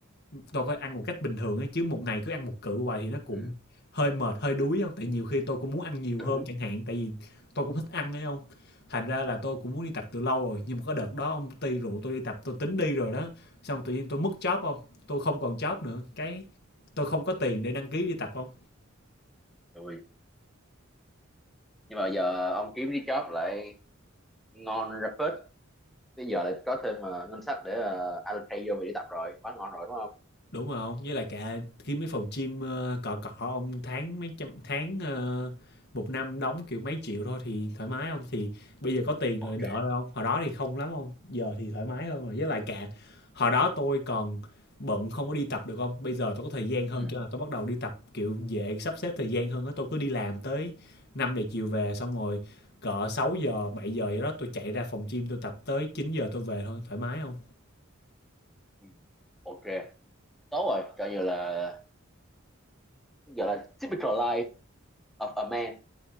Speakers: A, on the left; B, in the centre.
A: tôi có ăn một cách bình thường ấy chứ một ngày cứ ăn một cự hoài thì nó cũng
B: ừ.
A: hơi mệt hơi đuối không tại nhiều khi tôi cũng muốn ăn nhiều
B: đúng
A: hơn chẳng hạn tại vì tôi cũng thích ăn đấy không thành ra là tôi cũng muốn đi tập từ lâu rồi nhưng mà có đợt đó ông ty rượu tôi đi tập tôi tính đi rồi đó xong tự nhiên tôi mất job không tôi không còn job nữa cái tôi không có tiền để đăng ký đi tập không
B: rồi nhưng mà giờ ông kiếm cái job lại ngon ra phết bây giờ lại có thêm ờ, ngân sách để uh, allocate vô việc đi tập rồi quá ngon rồi đúng không
A: đúng rồi không với lại cả khi mấy phòng gym ờ, cọ cọ ông tháng mấy trăm tháng ờ, một năm đóng kiểu mấy triệu thôi thì thoải mái không thì bây giờ có tiền rồi
B: ok
A: đỡ rồi không hồi đó thì không lắm không giờ thì thoải mái hơn rồi với lại cả hồi đó tôi còn bận không có đi tập được không bây giờ tôi có thời gian hơn
B: Ừ.
A: cho nên là tôi bắt đầu đi tập kiểu dễ sắp xếp thời gian hơn á tôi cứ đi làm tới 5 giờ chiều về xong rồi cỡ 6 giờ 7 giờ gì đó tôi chạy ra phòng gym tôi tập tới 9 giờ tôi về thôi thoải mái không
B: Ừ. Ok, tốt rồi. Coi như là gọi là typical life of a man.